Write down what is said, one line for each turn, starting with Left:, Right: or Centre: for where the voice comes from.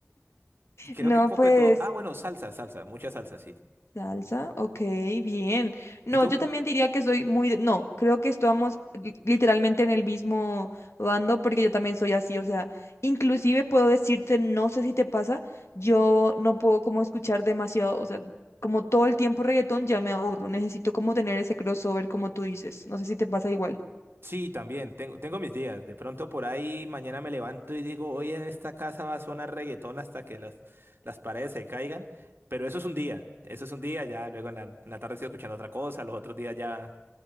Right: Creo
Left: No,
Right: que un poco
Left: pues
Right: de todo. Ah, bueno, salsa, salsa, mucha salsa, sí.
Left: Salsa, ok, bien. No,
Right: ¿Y tú?
Left: yo también diría que soy muy... de- No, creo que estamos li- literalmente en el mismo bando porque yo también soy así, o sea, inclusive puedo decirte, no sé si te pasa, yo no puedo como escuchar demasiado, o sea, como todo el tiempo reggaetón ya me aburro, necesito como tener ese crossover como tú dices, no sé si te pasa igual.
Right: Sí, también, tengo, tengo mis días. De pronto por ahí mañana me levanto y digo, hoy en esta casa va a sonar reggaetón hasta que las, las paredes se caigan. Pero eso es un día, eso es un día, ya luego en la, en la tarde estoy escuchando otra cosa, los otros días ya,